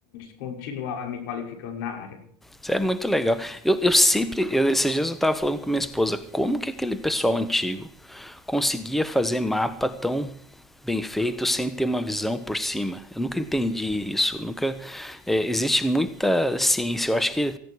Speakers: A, on the left; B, in the centre.
A: continuar me qualificando na área.
B: Isso é muito legal. Eu, eu sempre, eu, esses dias eu estava falando com minha esposa, como que aquele pessoal antigo conseguia fazer mapa tão bem feito sem ter uma visão por cima? Eu nunca entendi isso. Nunca é, existe muita ciência. Eu acho que